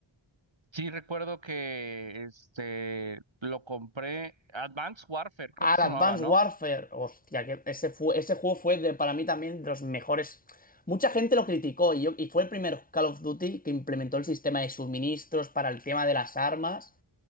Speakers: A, on the right (about 70°); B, on the left (about 20°).
A: Sí, recuerdo que este lo compré, Advanced Warfare, creo
B: Ah,
A: que se
B: el Advanced
A: llamaba, ¿no?
B: Warfare. Hostia, que ese, fue, ese juego fue de- para mí también de los mejores. Mucha gente lo criticó y, yo- y fue el primer Call of Duty que implementó el sistema de suministros para el tema de las armas.